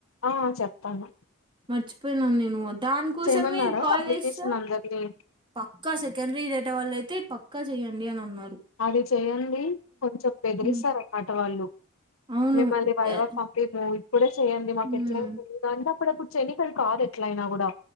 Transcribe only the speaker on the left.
ఆ చెప్తాను
చేయమన్నారా
పబ్లికేషన్
అందరినీ
అది చెయండి కొంచెం బెదిరిస్తారు
అన్నమాట వళ్లు
మిమ్మల్ని వైవాగ్
పంపియము ఇప్పుడే చేయ్యండి మాకు
ఎట్ల అయిన తెలియదు అంటే ఇప్పుడప్పుడు చేనిక్కి ఆది కాదు ఎట్లయినా కూడా